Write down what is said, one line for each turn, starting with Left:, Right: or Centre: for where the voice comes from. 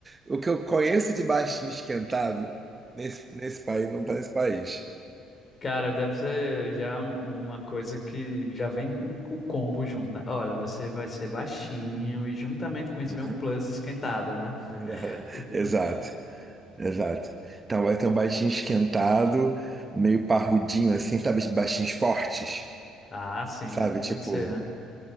Right: o que eu conheço de baixinho esquentado nesse, nesse país não tá nesse país.
Left: Cara, deve ser já um- uma coisa que já vem o combo junto, né? Olha, você vai ser baixinho e juntamente com isso
Right: Uhum.
Left: vem um plus esquentado, né?
Right: <laughs>
Left: <laughs>
Right: Exato, exato. Então vai ter um baixinho esquentado, meio parrudinho assim, sabe? Esses baixinhos fortes,
Left: Ah, sim,
Right: sabe?
Left: sim, tem
Right: Tipo,
Left: que ser, né?